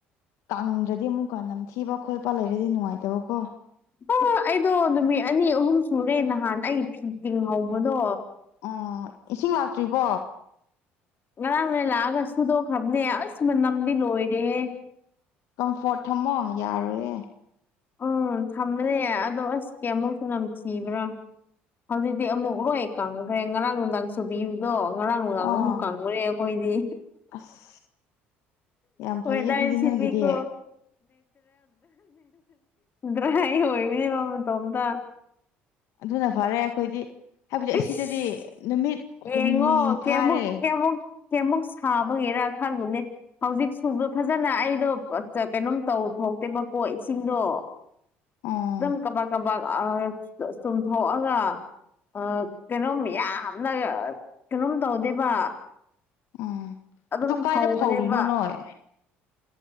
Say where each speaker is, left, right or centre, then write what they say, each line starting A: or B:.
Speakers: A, on the left (about 70°); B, on the left (about 40°).
A: ꯀꯥꯡꯗ꯭ꯔꯗꯤ ꯑꯃꯨꯛꯀ ꯅꯝꯊꯤꯕ ꯈꯣꯠꯄ ꯂꯩꯔꯗꯤ ꯅꯨꯡꯉꯥꯏꯇꯕꯀꯣ
B: ꯑꯣ ꯑꯩꯗꯣ ꯅꯨꯃꯤꯠ ꯑꯅꯤ ꯑꯍꯨꯝ ꯁꯨꯔꯦ ꯅꯍꯥꯟ ꯑꯩ ꯐꯤ ꯇꯤꯡ ꯍꯧꯕꯗꯣ
A: ꯎꯝ ꯏꯁꯤꯡ ꯂꯥꯛꯇ꯭ꯔꯤꯕꯣ
B: ꯉꯔꯥꯡ ꯅ ꯂꯥꯛꯑꯒ ꯁꯨꯗꯣꯛꯈ꯭ꯔꯕꯅꯦ ꯑꯁ ꯃꯅꯝꯗꯤ ꯂꯣꯏꯔꯦꯍꯦ
A: ꯀꯝꯐꯣꯔꯠ ꯊꯝꯃꯣ ꯌꯥꯔꯣꯏꯌꯦ
B: ꯎꯝ ꯊꯝꯕꯅꯦ ꯑꯗꯣ ꯑꯁ ꯀꯩꯌꯥꯝ ꯃꯨꯛꯁꯨ ꯅꯝꯊꯤꯕ꯭ꯔꯥ ꯍꯧꯖꯤꯛꯇꯤ ꯑꯃꯨꯛ ꯂꯣꯏ ꯀꯪꯒ꯭ꯔꯦ ꯉꯔꯥꯡ ꯅꯨꯡꯗꯥꯡ ꯁꯨꯕꯤꯌꯨꯗꯣ ꯉꯔꯥꯡ ꯅꯨꯗꯥꯡꯅ
A: ꯑꯥ
B: ꯑꯃꯨꯛ ꯀꯪꯉꯨꯔꯦ ꯈꯣꯏꯗꯤ
A: ꯑꯁ ꯌꯥꯝ
B: ꯍꯣꯏ
A: ꯐꯩꯌꯦ
B: ꯅꯪꯁꯤꯗꯤꯀꯣ
A: ꯑꯗꯨꯗꯤ ꯅꯣꯏꯒꯤꯗꯤ
B: ꯗ꯭ꯔꯥꯏ ꯑꯣꯏꯕꯅꯦꯕ ꯃꯇꯣꯝꯇ
A: ꯑꯗꯨꯅ ꯐꯔꯦ ꯑꯈꯣꯏꯗꯤ ꯍꯥꯏꯕꯗꯤ
B: ꯏꯁ
A: ꯑꯁꯤꯗꯗꯤ ꯅꯨꯃꯤꯠ
B: ꯌꯦꯡꯉꯣ
A: ꯍꯨꯝꯅꯤ
B: ꯀꯌꯥꯃꯨꯛ
A: ꯐꯥꯔꯦ
B: ꯀꯌꯥꯃꯨꯛ ꯀꯌꯥꯃꯨꯛ ꯁꯥꯕꯒꯤꯔꯥ ꯈꯜꯂꯨꯅꯦ ꯍꯧꯖꯤꯛ ꯁꯨꯕꯗꯣ ꯐꯖꯅ ꯑꯩꯗꯣ ꯀꯩꯅꯣꯝ ꯇꯧ ꯍꯥꯎꯇꯦꯕꯀꯣ ꯏꯁꯤꯡꯗꯣ
A: ꯑꯣ
B: ꯑꯗꯨꯝ ꯀꯕꯥꯛ ꯀꯥꯕꯛ ꯆꯨꯝꯊꯣꯛꯑꯒ ꯑ ꯀꯩꯅꯣꯝ ꯌꯥꯝꯅ ꯀꯩꯅꯣꯝ ꯇꯧꯗꯦꯕ
A: ꯎꯝ
B: ꯑꯗꯨꯝ
A: ꯑꯗꯨ ꯀꯥꯏꯗ
B: ꯐꯧꯕꯅꯦꯕ
A: ꯐꯧꯔꯤꯅꯣ ꯅꯣꯏ